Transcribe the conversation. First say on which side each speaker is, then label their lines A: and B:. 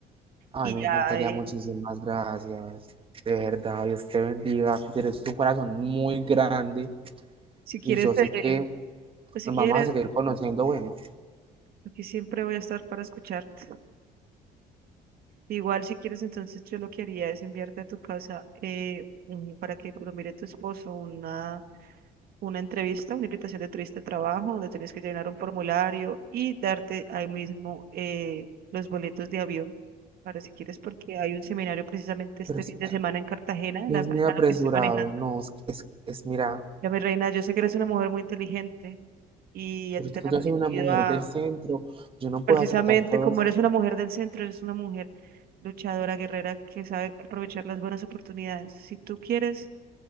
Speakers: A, on the right; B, on the right.
A: Ay,
B: Y
A: me
B: ya,
A: encantaría,
B: eh,
A: muchísimas gracias. De verdad, Dios te bendiga, tienes un corazón muy grande
B: si quieres,
A: y yo sé que
B: eh, pues si
A: nos
B: quieres,
A: vamos a seguir conociendo, bueno,
B: aquí siempre voy a estar para escucharte. Igual si quieres, entonces yo lo que haría es enviarte a tu casa eh, un- para que lo mire tu esposo una, una entrevista, una invitación de turista de trabajo, donde tienes que llenar un formulario y darte ahí mismo eh, los boletos de avión. Para si quieres, porque hay un seminario precisamente este
A: pero es-
B: fin de semana en Cartagena, en
A: Dios
B: la empresa
A: mío, apresurado,
B: en la que estoy manejando.
A: no, es, es, es- mira,
B: Ya, mi reina, yo sé que eres una mujer muy inteligente. y
A: Pero
B: a ti
A: es
B: te
A: que
B: han aprendido
A: yo soy una mujer
B: a,
A: del centro, yo no
B: precisamente
A: puedo aceptar todo
B: como
A: esto.
B: eres una mujer del centro, eres una mujer luchadora, guerrera, que sabe aprovechar las buenas oportunidades. Si tú quieres,